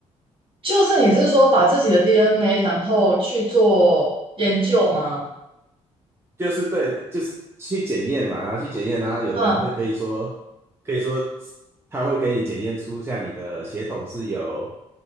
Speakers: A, on the right; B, on the right.
A: 就是你是说把自己的 DNA 然后去做研究吗？
B: 就是对，就是去检验嘛，然后去检验，然后有的人会可以说，
A: 嗯，
B: 可以说他会给你检验出像你的血统是有